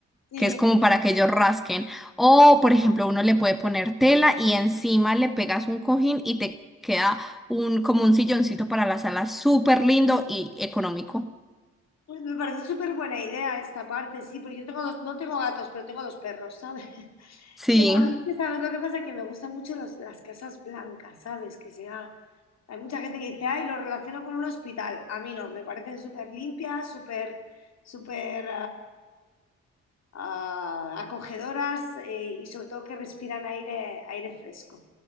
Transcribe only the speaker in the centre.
que es como para que ellos rasquen. O, por ejemplo, uno le puede poner tela y encima le pegas un cojín y te queda un, como un silloncito para la sala, súper lindo y económico.
Sí,